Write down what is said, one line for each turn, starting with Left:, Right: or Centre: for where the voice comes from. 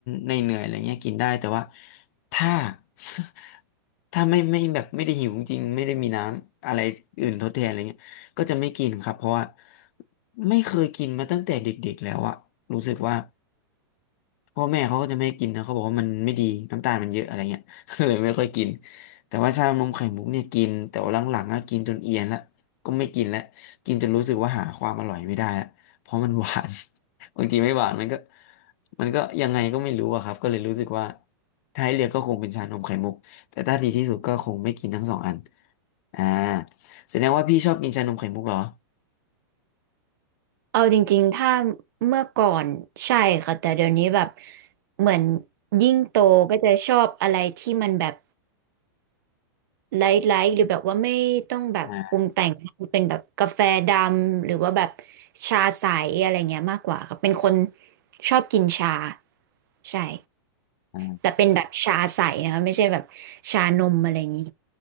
Left: ในเหนื่อยๆอะไรเงี้ยกินได้แต่ว่าถ้า <laughs> ถ้าไม่ไม่แบบไม่ได้หิวจริงไม่ได้มีน้ำอะไรอื่นทดแทนอะไรเงี้ยก็จะไม่กินครับเพราะว่าไม่เคยกินมาตั้งแต่เด็กๆแล้วอะรู้สึกว่า พ่อแม่เขาก็จะไม่ให้กินนะเขาบอกว่ามันไม่ดีน้ำตาลมันเยอะอะไรเงี้ย <laughs> ก็เลยไม่ค่อยกินแต่ว่าชานมไข่มุกเนี่ยกินแต่ว่าหลังๆก็กินจนเอียนละก็ไม่กินละกินจนรู้สึกว่าหาความอร่อยไม่ได้ละเพราะมันหวาน <laughs> บางทีไม่หวานมันก็มันก็ยังไงก็ไม่รู้อะครับก็เลยรู้สึกว่าถ้าให้เลือกก็คงเป็นชานมไข่มุกแต่ถ้าดีที่สุดก็คงไม่กินทั้งสองอันอ่าแสดงว่าพี่ชอบกินชานมไข่มุกเหรอ
Right: เอาจริงๆถ้าเมื่อก่อนใช่ค่ะแต่เดี๋ยวนี้แบบเหมือนยิ่งโตก็จะชอบอะไรที่มันแบบ ไลท์ไลท์หรือแบบว่าไม่ต้องแบบปรุงแต่งเป็นแบบกาแฟดำหรือว่าแบบ
Left: อ่า
Right: ชาใสอะไรเงี้ยมากกว่าครับเป็นคนชอบกินชาใช่
Left: อ่า
Right: แต่เป็นแบบชาใสนะคะไม่ใช่แบบชานมอะไรอย่างนี้